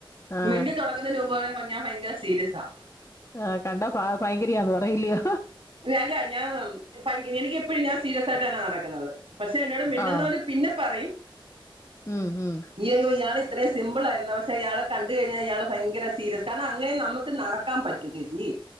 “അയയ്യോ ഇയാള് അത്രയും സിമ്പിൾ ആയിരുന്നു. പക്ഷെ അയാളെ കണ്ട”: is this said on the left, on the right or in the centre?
Right